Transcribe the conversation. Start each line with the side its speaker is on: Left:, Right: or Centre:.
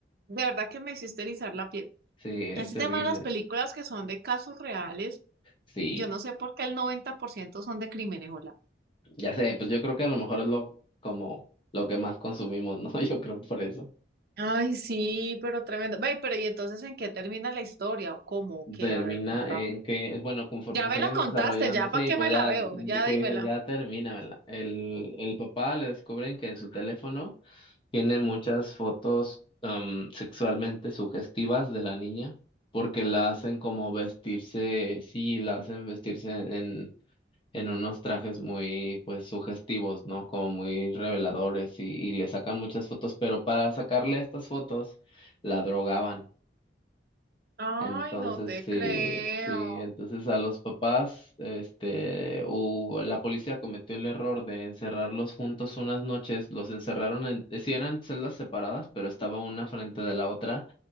Right: de verdad que me hiciste erizar la piel.
Left: Sí,
Right: Ese
Left: es terrible.
Right: tema de las películas que son de casos reales,
Left: Sí.
Right: yo no sé por qué el 90% son de crímenes, hola.
Left: Ya sé, pues yo creo que a lo mejor es lo como lo que más consumimos, ¿no? <laughs> Yo creo por eso.
Right: Ay, sí, pero tremendo. Ve, pero ¿y entonces en qué termina la historia o cómo o qué?
Left: Termina
Right: A ver, contame.
Left: en que, bueno, conforme
Right: Ya me
Left: siguen
Right: la contaste,
Left: desarrollando,
Right: ya
Left: sí,
Right: para qué
Left: pues
Right: me
Left: ya,
Right: la veo,
Left: y
Right: ya
Left: que
Right: dímela.
Left: dices, ya termina, ¿verdad? El, el papá le descubren que en su teléfono tiene muchas fotos am, sexualmente sugestivas de la niña, porque la hacen como vestirse, sí, la hacen vestirse en en unos trajes muy, pues, sugestivos, ¿no? Como muy reveladores y, y le sacan muchas fotos, pero para sacarle estas fotos la drogaban.
Right: Ay,
Left: Entonces,
Right: no te
Left: sí,
Right: creo.
Left: sí, entonces a los papás, este, u- la policía cometió el error de encerrarlos juntos unas noches, los encerraron en, sí eran celdas separadas, pero estaba una frente de la otra